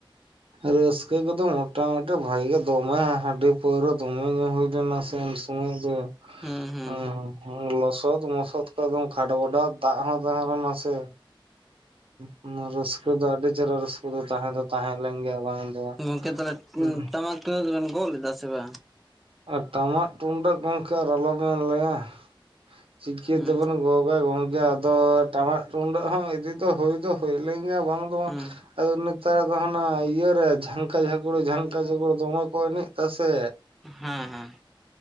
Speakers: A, on the right; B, in the centre.
A: ᱨᱟᱹᱥᱠᱟᱹ ᱠᱚᱫᱚ ᱢᱚᱴᱟᱢᱩᱴᱤ ᱵᱷᱟᱜᱮ ᱜᱮ ᱫᱚᱢᱮ ᱦᱟᱺᱰᱤ ᱯᱟᱹᱣᱨᱟᱹ ᱫᱚᱢᱮ ᱧᱩ ᱦᱩᱭ ᱞᱮᱱᱟ ᱥᱮ ᱩᱱᱟᱹᱜ ᱫᱚ᱾
B: ᱦᱩᱸ ᱦᱩᱸ᱾
A: ᱦᱩᱸ ᱦᱩᱸ ᱞᱚᱥᱚᱫ ᱢᱚᱥᱚᱫ ᱠᱚᱫᱚ ᱠᱷᱟᱴ ᱵᱟᱫᱟᱣ ᱫᱟᱜ ᱦᱚᱸ ᱛᱟᱦᱮᱸ ᱞᱮᱱᱟ ᱥᱮ ᱦᱩᱸ ᱨᱟᱹᱥᱠᱟᱹ ᱫᱚ ᱟᱹᱰᱤ ᱪᱮᱦᱨᱟ ᱨᱟᱹᱥᱠᱟᱹ ᱫᱚ ᱛᱟᱦᱮᱸ ᱫᱚ ᱛᱟᱦᱮᱸ ᱞᱮᱱ ᱜᱮᱭᱟ ᱵᱟᱝ ᱫᱚ
B: ᱜᱚᱝᱠᱮ ᱛᱟᱦᱚᱸᱞᱮ
A: ᱵᱟᱝ
B: ᱴᱟᱢᱟᱠ ᱛᱩᱢᱫᱟᱜ ᱫᱚ ᱵᱮᱱ ᱜᱚᱜ ᱞᱮᱫᱟ ᱥᱮ ᱵᱟᱝ?
A: ᱟᱨ ᱴᱟᱢᱟᱜ ᱛᱩᱢᱫᱟᱜ ᱜᱚᱝᱠᱮ ᱟᱨ ᱟᱞᱚᱵᱮᱱ ᱞᱮᱭᱟ ᱪᱤᱠᱟᱹ
B: ᱦᱩᱸ
A: ᱛᱮᱵᱚᱱ ᱜᱚᱜᱟ ᱜᱚᱝᱠᱮ ᱟᱫᱚ ᱴᱟᱢᱟᱠ ᱛᱩᱢᱫᱟᱜ ᱦᱚᱸ ᱤᱫᱤ ᱫᱚ ᱦᱩᱭ ᱫᱚ ᱦᱩᱭ ᱞᱮᱱ ᱜᱮᱭᱟ ᱵᱟᱝ ᱫᱚ ᱵᱟᱝ,
B: ᱦᱩᱸ
A: ᱟᱫᱚ ᱱᱮᱛᱟᱨ ᱫᱚ ᱦᱟᱱᱟ ᱤᱭᱟᱹᱨᱮ ᱡᱷᱟᱝᱠᱟ ᱡᱷᱟᱠᱩᱲ ᱡᱷᱟᱝᱠᱟ ᱡᱷᱟᱠᱩᱲ ᱫᱚᱢᱮ ᱠᱚ ᱮᱱᱮᱡ ᱫᱟᱥᱮ᱾
B: ᱦᱮᱸ ᱦᱮᱸ᱾